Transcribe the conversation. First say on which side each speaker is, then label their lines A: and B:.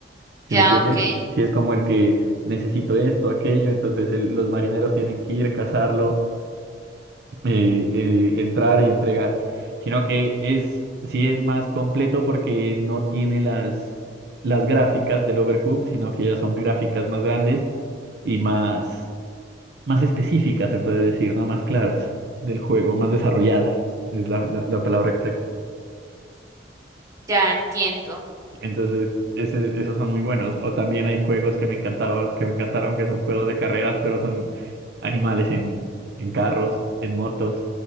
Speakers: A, on the right; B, on the right.
A: ¿Sí
B: Ya,
A: me entiendes?
B: ok.
A: Si es como el que necesito esto, aquello, entonces el- los marineros tienen que ir a cazarlo. eh, eh, entrar y entregar, sino que es, sí es más completo porque no tiene las, las gráficas del Overcooked, sino que ya son gráficas más grandes y más, más específicas, se puede decir, ¿no? Más claras del juego, más desarrolladas, es la, la la palabra exacta.
B: Ya entiendo.
A: Entonces, ese- esos son muy buenos. O también hay juegos que me encantaba, que me encantaron, que son juegos de carreras, pero son animales en, en carros, en motos